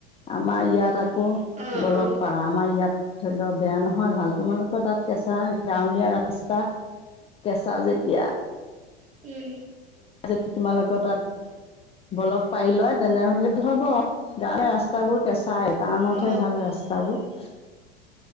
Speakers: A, on the left; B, on the right.
A: আমাৰ ইয়াত কু
B: অ
A: গলক
B: অ
A: পাৰা আমাৰ ইয়াত ধৰি লোৱা বেয়া নহয় ভাল তোমালোকৰ তাত কেঁচা গাঁৱলীয়া ৰাস্তা কেঁচা যেতিয়া
B: উম,
A: যদি তোমালোকৰ তাত ব্লক পাৰি লয় তেনেহলে ভাল হ'ব গাঁৱ ৰাস্তাাবোৰ কেঁচাই। টাউনতহে
B: অ
A: ভাল ৰাস্তাবোৰ। <inaudible>